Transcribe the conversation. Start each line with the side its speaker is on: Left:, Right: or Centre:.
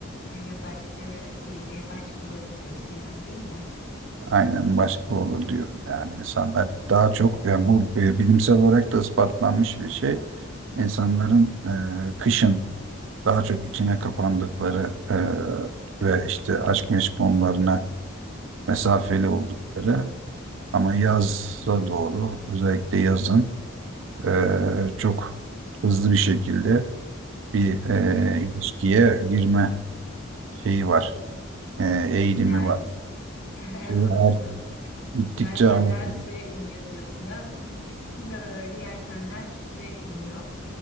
Left: E, Yaz aşkları bir e, başka olur diyorsun yani değil mi?
Right: Aynen başka olur diyorum yani. insanlar daha çok, yani bu e, bilimsel olarak da ispatlanmış bir şey. İnsanların e, kışın daha çok içine kapandıkları e, ve işte aşk meşk konularına mesafeli oldukları ama yaza doğru özellikle yazın e, çok hızlı bir şekilde bir e,
Left: <laughs>
Right: ilişkiye girme şeyi var, e, eğilimi
Left: Enerjis.
Right: var.
Left: <laughs>
Right: Şeyi
Left: Anladım.
Right: art, gittikçe
Left: Yelkenler
Right: artıyor.
Left: suya iniyor diyorsun. Yaz gelince bütün böyle yelkenler suya iniyor.